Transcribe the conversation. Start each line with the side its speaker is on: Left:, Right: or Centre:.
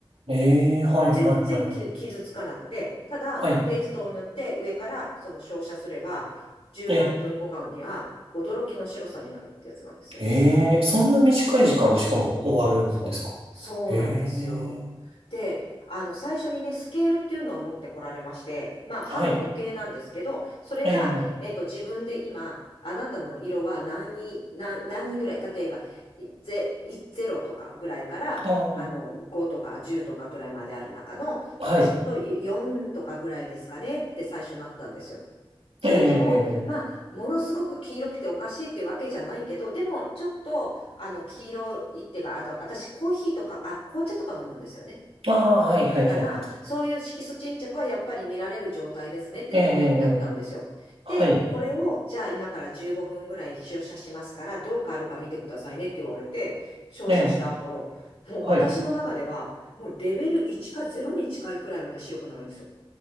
Right: ええ、はい、
Left: 全然き傷つかなくて、
Right: はい、はい。
Left: ただ、
Right: はい。
Left: ペーストを塗って上からその照射すれば、十何分後かには驚きの白さになるってやつなんですよ。
Right: え、ええ、そんな短い時間でしかも終わるんですかええ、
Left: そう、そうなんですよ。で、あの、最初にね、スケールっていうのを持ってこられまして、まあ、歯の模型なんですけど、
Right: はい。
Left: それが、
Right: ええ、
Left: えっと、自分で今、あなたの色は何に、何、何にぐらい、例えば、いゼ、い0とかぐらいから、
Right: あー
Left: あの、5とか10とかぐらいまである中の、
Right: はい。
Left: きっと4とかぐらいですかねって最初なったんですよ。それでも、
Right: ええ、ええ、
Left: まあ、ものすごく黄色くておかしいってわけじゃないけど、でも、ちょっと、あの、黄色いっていうか、あと、私、コーヒーとか、あ、紅茶とか飲むんですよね。
Right: ああー、はい、はい、
Left: だから、
Right: はい。
Left: そういう色素沈着はやっぱり見られる状態ですねってことになったんですよ。
Right: ええ、ええ、はい。
Left: で、これを、じゃあ今から15分ぐらい照射しますから、どう変わるか見てくださいねって言われて、照射した後、
Right: ええ、
Left: もう私の中では、
Right: はい。
Left: もうレベル1か0に近いくらいまで白くなるんですよ。